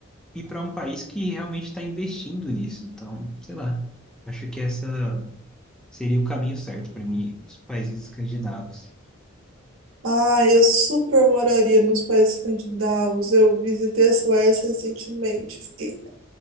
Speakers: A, in the centre; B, on the right.
A: e para um país que realmente está investindo nisso. Então, sei lá, acho que essa seria o caminho certo para mim, os países escandinavos.
B: Ah, eu super moraria nos países escandinavos. Eu visitei a Suécia recentemente, fiquei